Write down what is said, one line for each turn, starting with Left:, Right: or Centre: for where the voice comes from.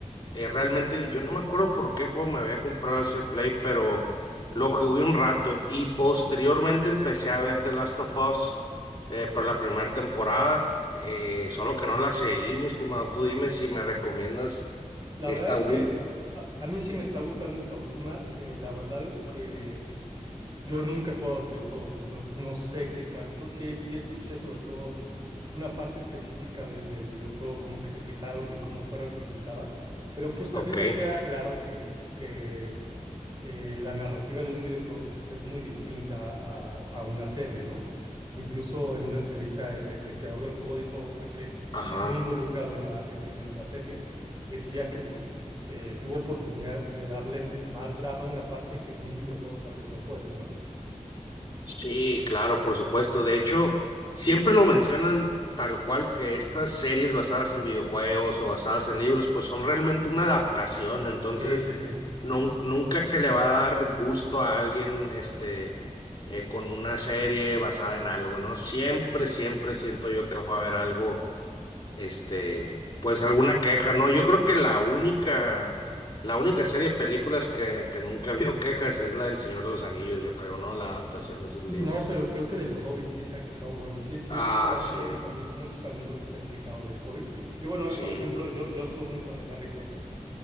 Left: Eh, realmente yo no me acuerdo por qué juego me había comprado ese Play, pero lo jugué un rato y posteriormente empecé a ver The Last of Us eh, por la
Right: ok.
Left: primera temporada, eh, solo que no la seguí, mi estimado. Tú dime si me recomiendas
Right: La
Left: esta
Right: verdad es
Left: última.
Right: que a, a mí sí me está gustando esta última. Eh, la verdad es que... Yo nunca he jugado a los videojuegos, entonces no sé qué tanto. Sí, sí escuché sobre todo una parte específica de- del videojuego, como que se quejaron de cómo fue representada, pero pues también
Left: Ok,
Right: me queda claro que, que eh, la narrativa de un videojuego pues es muy distinta a, a una serie, ¿no? Incluso en una entrevista el, el creador del juego dijo a que, que
Left: ajá.
Right: está muy involucrado en la, en, en la serie, decía que pues eh, tuvo oportunidad de darle más drama a una parte que en un videojuego tal vez no puedes, ¿no?
Left: Sí, claro, por supuesto. De hecho, siempre lo mencionan tal cual que estas series basadas en videojuegos o basadas en libros, pues son realmente una adaptación. Entonces,
Right: Sí, sí, sí.
Left: nun- nunca se le va a dar gusto a alguien, este, eh, con una serie basada en algo, ¿no? Siempre, siempre siento yo que va a haber algo, este, pues alguna queja, ¿no? Yo creo que la única, la única serie de películas que, que nunca vio quejas es la del Señor de los Anillos, yo creo, ¿no? La adaptación de esos
Right: No,
Left: libros.
Right: pero creo que del Hobbit sí se ha quejado. Bueno, sí, sí he visto
Left: Ah, sí,
Right: muy ami- muchos amigos que se han quejado del Hobbit. Y bueno,
Left: sí.
Right: hoy, por ejemplo, yo, yo soy muy fan de Harry Potter.